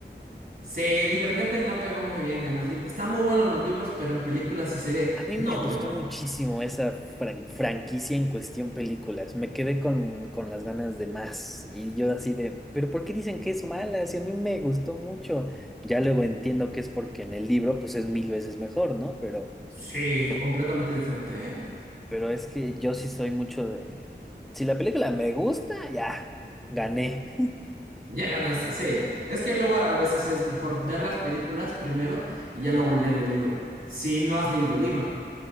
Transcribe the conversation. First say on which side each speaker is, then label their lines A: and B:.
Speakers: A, on the right; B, in the centre.
A: Sí, Divergente no pegó muy bien en los libros. Está muy bueno en los libros, pero en películas y serie
B: A mí
A: no
B: me gustó
A: pegó.
B: muchísimo esa fran- franquicia en cuestión películas. Me quedé con, con las ganas de más. Y yo así de, ¿pero por qué dicen que es mala? Si a mí me gustó mucho. Ya luego entiendo que es porque en el libro pues es mil veces mejor, ¿no? Pero,
A: Sí,
B: pero
A: completamente diferente, ¿eh?
B: pero es que yo sí soy mucho de... Si la película me gusta, ya, gané. <laughs>
A: Ya ganaste, sí. Es que luego a veces es mejor ver las películas primero y ya luego leer el libro. Si no has leído el libro.